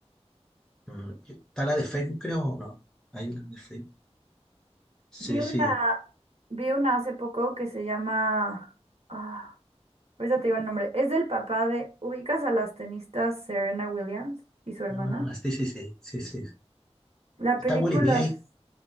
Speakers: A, in the centre; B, on the right.
A: Mm, Está la de Facebook, creo, ¿o no? Hay una de Facebook. Sí,
B: Vi una,
A: sí.
B: vi una hace poco que se llama. Ah, ahorita te digo el nombre. Es del papá de. ¿Ubicas a las tenistas Serena Williams y su hermana?
A: Ah, sí, sí, sí, sí, sí.
B: La
A: ¿Está
B: película.
A: Will Smith ahí?
B: es-